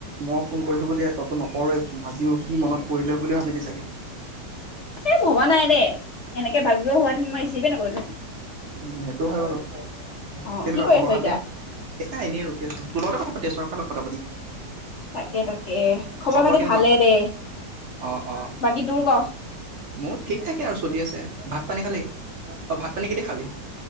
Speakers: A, on the right; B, on the left.
A: মই ফোন কৰিছো বুলিহ তইতো নকৰৱ আজিও কি মনত পৰিলে বুলি ভাবিলি চাগে
B: এ ভবা নাই দেই এনেকে তে ভাবিব হোৱাে মই ৰেচিভ নকৰোহেঁ
A: উ সেইটো হয় বাৰু
B: অ
A: কেনেকুৱা
B: কি কৰি
A: খবৰ
B: আছ
A: হাতে
B: এতিয়া?
A: এয়া এনেই ৰকি আছো তোৰ লগতে কথা পাতি আছ খ কথা পুনি
B: তাকে তাকে
A: খবৰ
B: খাতি
A: কেনেকুৱা
B: ভালেই দে।
A: অ অ
B: বাকী তোৰ ক?
A: মোৰ ঠিক থাকে আৰু চলি আছে ভাত ভাত পানী খালে অঁ ভাত পানী কেতিয়া খাবি